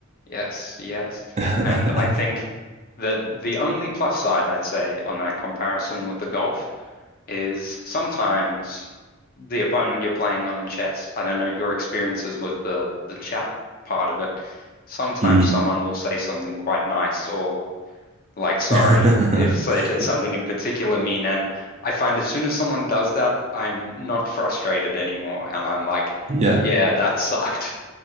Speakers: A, on the left (about 45°); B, on the right (about 30°).
A: Yes, yes.
B: <laughs>
A: And I think that the only plus side I'd say on that comparison with the golf is sometimes the opponent you're playing on in chess, I don't know your experiences with the the chat part of it. Sometimes
B: Mm.
A: someone will say something quite nice or like sorry
B: <laughs>
A: if they did something in particular mean. And I find as soon as someone does that, I'm not frustrated anymore. And I'm like,
B: Yeah.
A: yeah, that sucked.